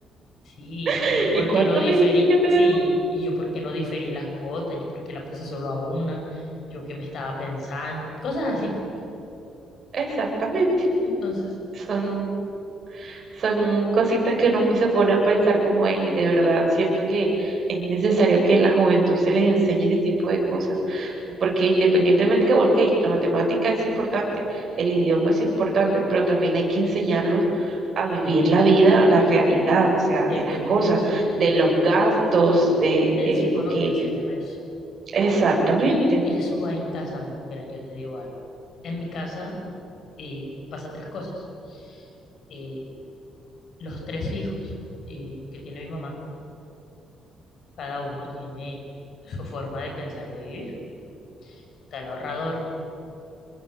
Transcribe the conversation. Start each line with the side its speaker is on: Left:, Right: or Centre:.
Left: sí,
Right: <laughs>
Left: y yo por
Right: ¿Y cuánto
Left: qué no diferí,
Right: me dijiste que te
Left: sí,
Right: debo?
Left: y yo por qué no diferí las cuotas, yo por qué la puse solo a una, yo qué me estaba pensando, cosas así.
Right: Exactamente.
Left: Entonces,
Right: Son, son cositas que uno se pone a pensar como "Ey, de verdad siento que es necesario que la juventud se les enseñe ese tipo de cosas, porque independientemente que, bueno, ok, la matemática es importante, el idioma es importante, pero también hay que enseñarlos a vivir la vida, la realidad, o sea,
Left: dependencia,
Right: de las cosas, de los gastos, de,
Left: dependencia
Right: de
Left: económica
Right: lo que...
Left: se llama eso.
Right: Exactamente,
Left: Y eso va en casa, amor. Mira, yo te digo algo. En mi casa eh, pasa tres cosas. Eh, los tres hijos eh, que tiene mi mamá, Cada uno tiene su forma de pensar y de vivir. Está el ahorrador,